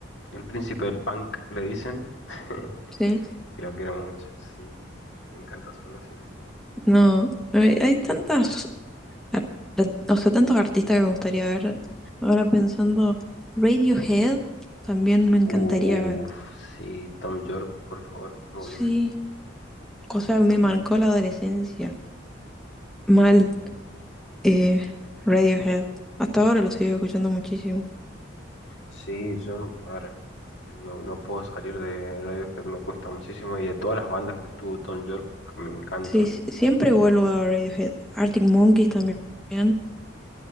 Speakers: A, on the left (about 65°); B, in the centre.
A: el príncipe del punk, le dicen. <laughs>
B: Sí.
A: Y lo quiero mucho, sí. Me encanta su música.
B: No, eh, hay tantas, ar- o sea, tantos artistas que me gustaría ver. Ahora pensando, Radiohead también me
A: Uff,
B: encantaría ver.
A: sí, Tom York, por favor, volvé.
B: Sí, o sea, me marcó la adolescencia. Mal, eh, Radiohead. Hasta ahora lo sigo escuchando muchísimo.
A: Sí, yo, a ver, no, no puedo salir de Radiohead, me cuesta muchísimo. Y de todas las bandas que tuvo Tom York, me encantan.
B: Sí, sí, siempre vuelvo a Radiohead. Arctic Monkeys también, me